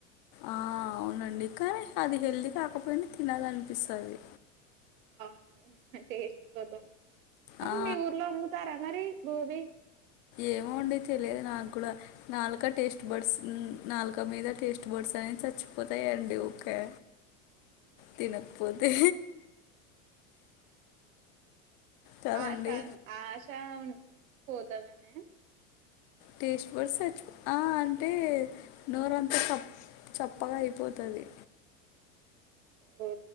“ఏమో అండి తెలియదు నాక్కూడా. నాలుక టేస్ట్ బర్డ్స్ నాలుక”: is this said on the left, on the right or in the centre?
Left